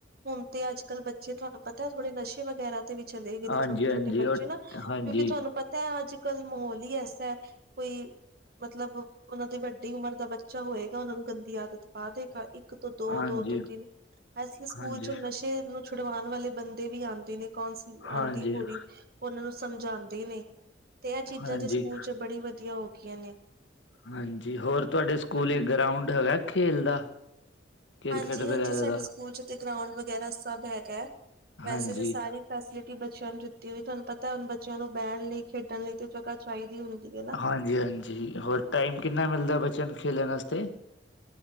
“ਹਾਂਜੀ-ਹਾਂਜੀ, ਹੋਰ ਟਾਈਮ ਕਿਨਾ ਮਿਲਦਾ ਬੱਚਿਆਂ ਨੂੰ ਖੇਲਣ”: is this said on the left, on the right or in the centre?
Left